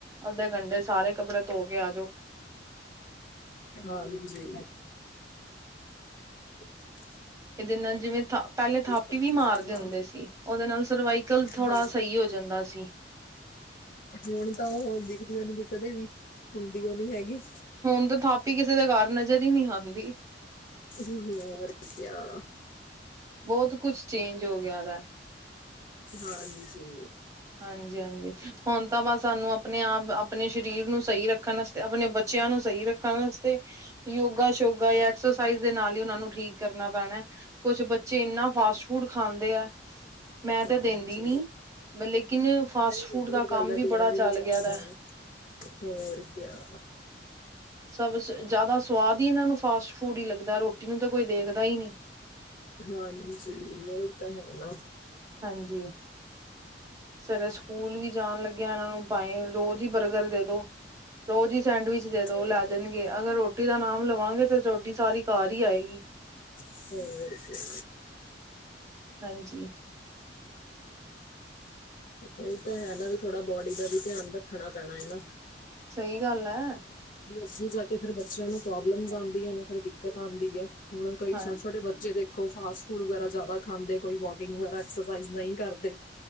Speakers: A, on the right; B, on the left.
A: ਅੱਧੇ ਘੰਡੇ ਚ ਸਾਰੇ ਕੱਪੜੇ ਧੋ ਕੇ ਆ ਜੋ।
B: ਹਾਂਜੀ। ਬੁਰ <inaudible>
A: ਇਹਦੇ ਨਾਲ ਜਿਵੇਂ ਥ ਪੈਲੇ ਥਾਪੀ
B: ਤਾਂ
A: ਵੀ ਮਾਰਦੇ
B: ਹੈ ਨਾ
A: ਹੁੰਦੇ ਸੀ, ਓਹਦੇ ਨਾਲ ਸਰਵਾਈਕਲ ਥੋੜਾ
B: ਹਾਂ
A: ਸਹੀ ਹੋ ਜਾਂਦਾ ਸੀ।
B: ਹੁਣ ਤਾਂ ਓਹ ਦਿਖਦੀਓ ਨੀ ਕਿਸੇ ਦੇ ਵੀ, ਹੁੰਦੀ ਓਹ ਨੀ ਹੈਗੀ।
A: ਹੁਣ ਤੇ ਥਾਪੀ ਕਿਸੇ ਦਾ ਘਰ ਨਜ਼ਰ ਈ ਨੀ ਆਂਦੀ।
B: ਹਂ ਹੋਰ ਕਿਆ
A: ਬੌਤ ਕੁਛ ਚੇਂਜ ਹੋ ਗਿਆ ਵੈ।
B: ਹਾਂਜੀ।
A: ਹਾਂਜੀ-ਹਾਂਜੀ, ਹੁਣ ਤਾਂ ਬਸ ਸਾਨੂੰ ਅਪਣੇ-ਆਪ ਅਪਣੇ ਸਰੀਰ ਨੂੰ ਸਹੀ ਰੱਖਣ ਅਸਤੇ ਅਪਣੇ ਬੱ ਚਿਆਂ ਨੂੰ ਸਹੀ ਰੱਖਣ ਅਸਤੇ ਯੋਗਾ ਯੋਗਾ ਯਾ ਐਕਸਰਸਾਈਜ਼ ਦੇ ਨਾਲ ਈ ਉਹਨਾ ਨੂੰ ਠੀਕ ਕਰਨਾ ਪੈਣੈ। ਕੁਛ ਬੱਚੇ ਇੰਨਾ ਫਾਸਟ-ਫੂਡ ਖਾਂਦੇ ਐ, ਮੈਂ ਤੇ
B: ਹਾਂਜੀ
A: ਦਿੰਦੀ ਨੀ। ਬ ਲੇਕਿਨ ਫਾਸਟ-ਫੂਡ
B: ਨਹੀਂ ਵਧੀਆ
A: ਦਾ
B: ਗੱਲ
A: ਕੰਮ
B: ਆ
A: ਵੀ
B: ਦੇਣਾ
A: ਬੜਾ
B: ਨੀ
A: ਚੱਲ
B: ਚਾਹੀਦਾ
A: ਗਿਆ ਦੈ।
B: ਹੋਰ ਕਿਆ।
A: ਸਭ ਜੈਦਾ ਸਵਾਦ ਈ ਇਹਨਾਂ ਨੂੰ ਫਾਸਟ-ਫੂਡ ਈ ਲੱਗਦੈ ਰੋਟੀ ਨੂੰ ਤਾਂ ਕੋਈ ਦੇਖਦਾ ਈ ਨੀ।
B: ਹਾਂਜੀ, ਓਹੀ ਤਾਂ ਹੈ ਨਾ।
A: ਹਾਂਜੀ। ਸਵਰੇ ਸਕੂਲ ਵੀ ਜਾਣ ਲੱਗਿਆ ਇਹਨਾਂ ਨੂੰ ਭਾਏਂ ਰੋਜ਼ ਈ ਬਰਗਰ ਦੇ ਦੋ। ਰੋਜ਼ ਈ ਸੈਂਡਵਿਚ
B: ਹੋਰ
A: ਦੇ ਦੋ ਲੈ
B: ਕਿਆ
A: ਜਾਣਗੇ। ਅਗਰ ਰੋਟੀ ਦਾ ਨਾਮ ਲਵਾਂਗੇ ਤਾਂ ਰੋਟੀ ਸਾਰੀ ਕਾਰ ਈ ਆਏਗੀ।
B: ਹੋਰ ਕਿਆ।
A: ਹਾਂਜੀ।
B: ਓਹੀ ਤਾਂ ਹੈ ਨਾ, ਵੀ ਥੋੜਾ ਬੋਡੀ ਦਾ ਵੀ ਧਿਆਨ ਰੱਖਣਾ ਪੈਣਾ ਏ ਨਾ।
A: ਸਹੀ ਗੱਲ ਐ।
B: ਅੱਗੇ ਜਾ ਕੇ ਫੇਰ ਬੱਚਿਆਂ ਨੂੰ ਪ੍ਰੋਬਲਮਸ ਆਂਦੀਆਂ ਨੇ ਫੇਰ ਓ ਦਿੱਕਤ ਆਂਦੀ ਐ। ਹੁਣ ਕਈ
A: ਹਾਂ।
B: ਛੋਟੇ-ਛੋਟੇ ਬੱਚੇ ਦੇਖੋ ਫਾਸਟ-ਫੂਡ ਵਗੈਰਾ ਜਾਦਾ ਖਾਂਦੇ ਕੋਈ ਵੋ ਕਿੰਗ ਵੈਗਾਰਾ ਐਕਸਸਾਈਜ਼ ਨਈ ਕਰਦੇ